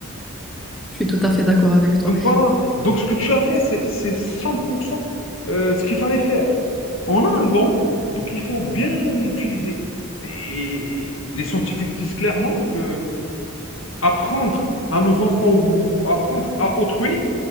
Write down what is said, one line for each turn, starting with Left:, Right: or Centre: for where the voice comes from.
Centre: Je suis tout à fait d'accord avec toi.
Left: Donc voilà. Donc, ce que tu as fait, c'est, c'est 100% euh, ce qu'il fallait faire. On a un don, donc il faut bien l'utiliser. Et les scientifiques disent clairement que Apprendre à nos enfants ou apprendre à autrui,